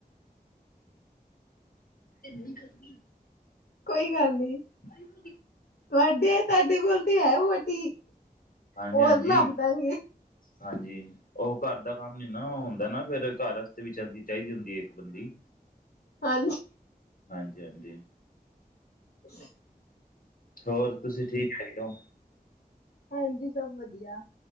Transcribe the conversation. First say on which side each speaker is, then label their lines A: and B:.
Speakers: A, on the left (about 60°); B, on the left (about 75°).
A: ਇੰਨੀ ਗਰਮੀ!
B: ਕੋਈ ਗੱਲ ਨੀ।
A: ਬ <unintelligible>
B: ਵੈਸੇ, ਤੁਹਾਡੇ ਕੋਲ ਤੇ ਹੈ ਵੋਟੀ।
A: ਹਾਂਜੀ-
B: ਹੋਰ
A: ਹਾਂਜੀ।
B: ਲੱਭ ਦਾਂਗੇ
A: ਹਾਂਜੀ। ਉਹ ਘਰ ਦਾ ਕੰਮ ਨੀ ਨਾ ਉਹ ਹੁੰਦਾ ਨਾ ਫੇਰ। ਘਰ ਵਾਸਤੇ ਵੀੱ ਚਾਹੀਦੀ ਹੁੰਦੀ ਹੈ ਇੱਕ ਬੰਦੀ।
B: ਹਾਂਜੀ।
A: ਹਾਂਜੀ- ਹਾਂਜੀ।
B: ਹ <unintelligible>
A: ਹੋਰ। ਤੁਸੀਂ ਠੀਕ ਹੈਗੇ ਹੋ?
B: ਹਾਂਜੀ, ਸਭ ਵਧੀਆ।